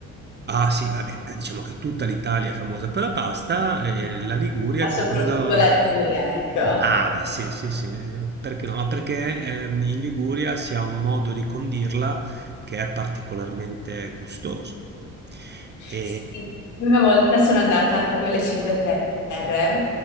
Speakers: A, on the right; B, on the left.
A: Ah sì, vabbè, eh, diciamo che tutta l'Italia è famosa per la pasta e la Liguria
B: ma
A: è
B: soprattutto
A: famosa
B: la Liguria, ecco.
A: Ah, beh, sì, sì, sì, eh, perché no? Ma perché ehm, in Liguria si ha un modo di condirla che è particolarmente gustoso. E...
B: Sì, una volta sono andata proprio alle Cinque Terre.